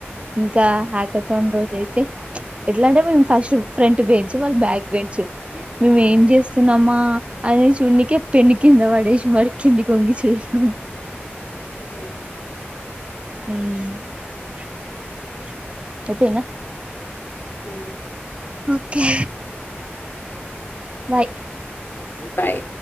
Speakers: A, on the right; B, on the left.
A: ఇంకా యాకతాన్ రోజైతె ఎట్లంటే మేమ్ ఫస్ట్ ఫ్రెంట్ బేంచ్ వాళ్ళ్ బ్యాక్ బెేంచ్ మేమేం జేస్తున్నామా అని చూన్నీకె పెన్ను. కింద వడేష్ మరి కిందికొంగి చూష్ <unintelligible>
B: ఉమ్
A: ఊమ్ <unintelligible> ప్పైన
B: ఉమ్
A: ఒకే బాయ్
B: బాయ్